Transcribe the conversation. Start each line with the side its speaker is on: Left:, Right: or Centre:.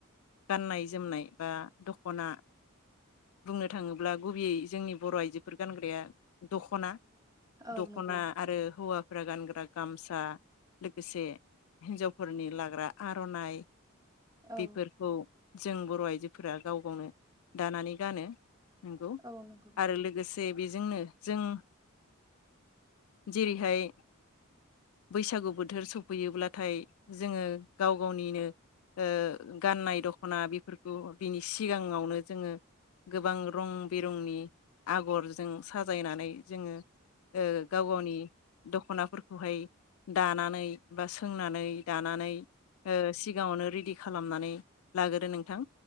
Left: गाननाय जोमनाय बा दखना बुंनो थाङोब्ला गुबैयै जोंनि बर आइजोफोर गानग्राया। दख'ना।
Right: औ
Left: दख'ना
Right: नंगौ
Left: आरो हौवा फोरा गानग्रा गामसा लोगोसे हिन्जावफोरनि लाग्रा आर'नाइ
Right: औ
Left: बेफोरखौ। जों बर आइजोफोरा गाव गावनो दानानै गानो। नंगौ
Right: औ नंगौ
Left: आरो लोगोसे। जे बेजोंनो जों जेरैहाय बैसागु बोथोर सफैयोब्लाथाय जोङो गाव गावनिनो ओ गाननाय दखना बेफोरखौ बिनि सिगाङावनो जोङो गोबां रं बेरंनि आगरजों साजायनानै जोङो जोङो गाव गावनि दख'नाफोरखौहाय दानानै बा सोंनानै दानानै ओ सिगाङावनो रेडि खालामनानै लागोरो नोंथां।